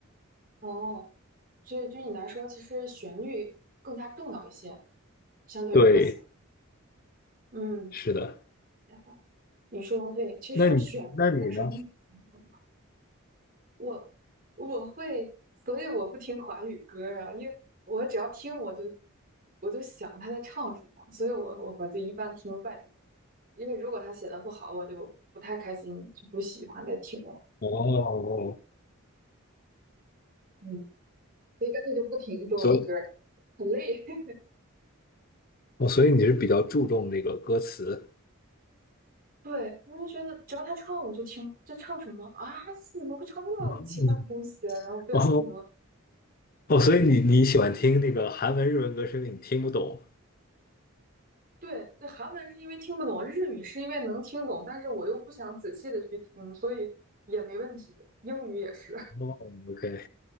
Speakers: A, on the right (about 45°); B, on the left (about 45°).
A: 哦，所以对你来说，其实旋律更加重要一些，相对于歌词。
B: 对，
A: 嗯，
B: 是的。
A: 明白你说的对，其实旋律还是音乐的灵魂嘛。
B: 那你那你呢？
A: 我我会，所以我不听华语歌啊，因为我只要听我就我就想他在唱什么，所以我我我就一般听外语，因为如果他写的不好，我就不太开心，就不喜欢再听了。
B: 哦，
A: 嗯，所以干脆就不听中文歌儿很累。
B: 所以
A: <laughs>
B: 哦，所以你是比较注重那个歌词，
A: 对，我就觉得只要他唱我就听，这唱什么啊？怎么会唱这么奇怪的东西啊然后不想听了。
B: 嗯，哦哦，所以你你喜欢听那个韩文、日文歌是因为你听不懂。
A: 对，对，韩文是因为听不懂，日语是因为能听懂，但是我又不想仔细的去听，所以也没问题。英语也是，
B: 哦，OK。